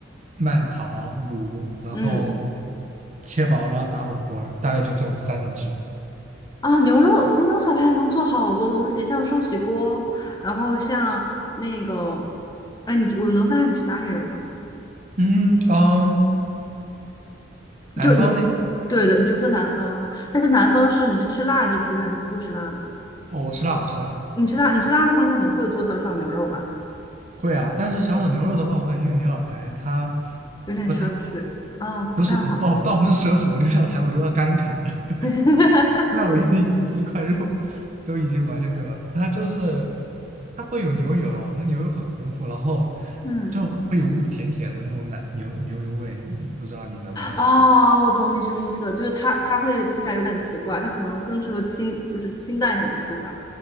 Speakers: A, on the right (about 40°); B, on the left (about 20°).
A: 慢烤、卤，然后
B: 嗯
A: 切薄了打火锅儿大概就这种三种吃法。
B: 啊，牛肉那种小排能做好多东西，像寿喜锅，然后像那个，哎，你我能问下你是哪里人吗？
A: 嗯嗯，南方那
B: 就你，对的，你就说南，嗯、呃但是南方是你是吃辣地区的还是不吃辣的？
A: 哦，我吃辣，我吃辣。
B: 你吃辣，你吃辣的话，那你会做小炒牛肉吧？
A: 会啊，但是小炒牛肉的话，我感觉用牛小排它
B: 有点奢侈，
A: 不太，
B: 啊，不太好。
A: 不是，倒倒不是奢侈，我牛小排我都要干啃了，<laughs>
B: <laughs>
A: 那我一是 <laughs> 一块肉都已经完全没有了。它就是它会有牛油，它牛油很丰富，然后
B: 嗯，
A: 就会有股甜甜的那种奶牛牛油味，不知道你能不能？
B: 哦，我懂你什么意思了，就是它它会吃起来有点奇怪，它可能更适合清，就是清淡一点的吃法。